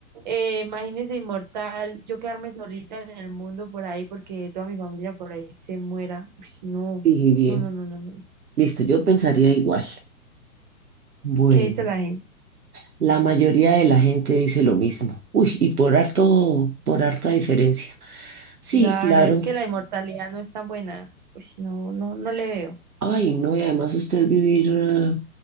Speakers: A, on the right; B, on the right.
A: eh, imagínese inmortal, yo quedarme solita en el mundo por ahí porque toda mi familia por ahí se muera. Uy, no,
B: Dije bien.
A: no, no, no, no, no. no.
B: Listo, yo pensaría igual. Bueno,
A: ¿Qué dice la gente?
B: la mayoría de la gente dice lo mismo. Uy, y por harto, por harta diferencia. Sí,
A: Claro,
B: claro.
A: es que la inmortalidad no es tan buena. Pues no, no, no le veo.
B: Ay, no, y además usted vivir, eh,